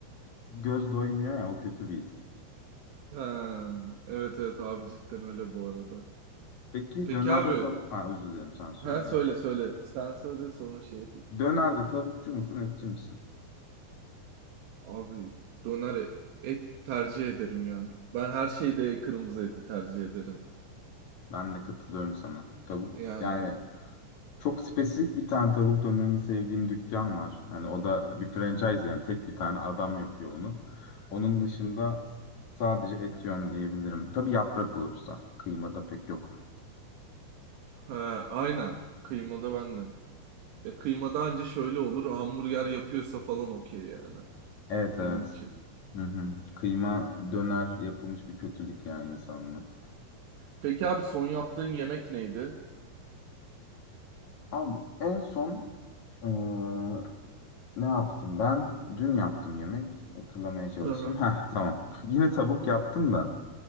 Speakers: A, on the left; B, on the right.
A: göz doymuyor ya o kötü bir his.
B: Ha, evet evet abi cidden öyle bu arada.
A: Peki
B: Peki
A: dönerde
B: abi.
A: tavuk... Ha, özür dilerim sen söyle.
B: Ha söyle söyle. Sen söyle sonra şey yapayım.
A: Dönerde tavukçu musun etçi misin?
B: Abi döner e- et tercih ederim ya. Ben her şeyde kırmızı eti tercih ederim.
A: Ben de katılıyorum sana. Tavuk
B: Yani
A: yani çok spesifik bir tane tavuk dönerini sevdiğim dükkan var. Hani o da bir franchise yani tek bir tane adam yapıyor onu. Onun dışında sadece et yiyorum diyebilirim. Tabii yaprak olursa. Kıymada pek yok.
B: ha, aynen. Kıymada ben de. Ya kıymada anca şöyle olur. Hamburger yapıyorsa falan okey yani.
A: Evet evet.
B: Benim için.
A: Hı hı. Kıyma döner yapılmış bir kötülük yani insanlığa.
B: Peki abi son yaptığın yemek neydi?
A: Abi en son eee, Ne yaptım ben? Dün yaptım yemek. Hatırlamaya çalışayım.
B: Hı hı.
A: Heh, tamam. <laughs> Yine tavuk yaptım da.